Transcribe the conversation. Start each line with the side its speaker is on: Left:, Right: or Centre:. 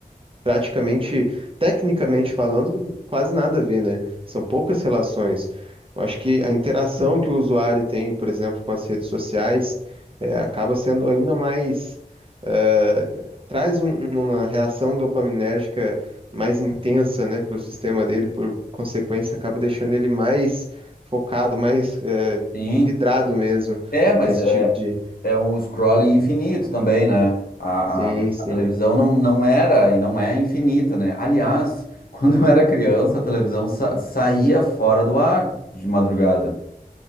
Right: praticamente, tecnicamente falando, quase nada a ver, né? São poucas relações. Eu acho que a interação que o usuário tem, por exemplo, com as redes sociais, eh, acaba sendo ainda mais, eh, traz um- um, uma reação dopaminérgica mais intensa, né, para o sistema dele, por consequência, acaba deixando ele mais focado, mais, eh,
Left: sim.
Right: vidrado mesmo
Left: É, mas
Right: nesse
Left: é,
Right: tipo de.
Left: é um scrolling infinito também, né? A,
Right: Sim,
Left: a,
Right: sim.
Left: a televisão não, não era e não é infinita, né? Aliás, <laughs> quando eu era criança, a televisão sa- saía fora do ar de madrugada.